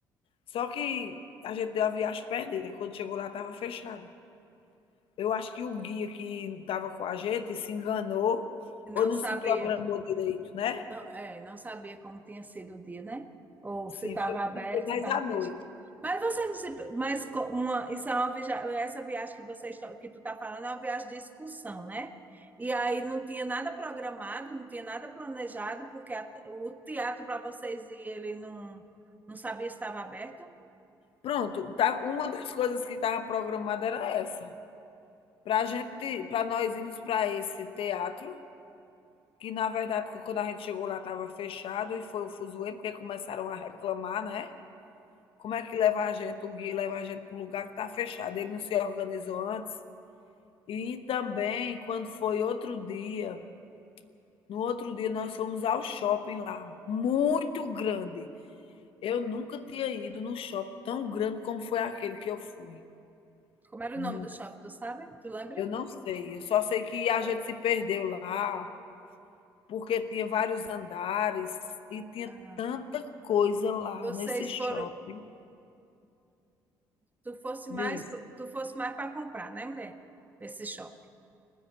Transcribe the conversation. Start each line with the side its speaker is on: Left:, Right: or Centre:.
Left: Só que a gente deu a viagem perdida. Quando chegou lá, estava fechado. Eu acho que o guia que estava com a gente se enganou
Right: Eu não
Left: ou não
Right: sabia.
Left: se programou direito, né?
Right: Não, é, não sabia como tinha sido o dia, né? Ou
Left: Sim,
Right: se estava
Left: foi,
Right: aberto,
Left: foi mais
Right: se estava
Left: à noite.
Right: fechado. Mas você não se, mas co- uma, isso é uma viagem, essa viagem que você está- que tu está falando é uma viagem de excursão, né? E aí não tinha nada programado, não tinha nada planejado, porque a- o teatro para vocês e ele não não sabia se estava aberto.
Left: Pronto, tá, uma das coisas que estava programada era essa. Para gente, para nós irmos para esse teatro, que na verdade, quando a gente chegou lá, estava fechado e foi o fuzuê, porque começaram a reclamar, né? Como é que leva a gente, o Gui leva a gente para um lugar que está fechado, ele não se organizou antes. E também, quando foi outro dia, no outro dia nós fomos ao shopping lá, muito grande. Eu nunca tinha ido num shopping tão grande como foi aquele que eu fui.
Right: Como era
Left: Nunca.
Right: o nome do shopping, tu sabe? Tu lembra?
Left: Eu não sei, eu só sei que a gente se perdeu lá, porque tinha vários andares e tinha
Right: Ah,
Left: tanta coisa lá
Right: vocês
Left: nesse shopping.
Right: foram, tu fosse mais,
Left: Diz.
Right: tu fosse mais para comprar, né, mulher? Esse shopping.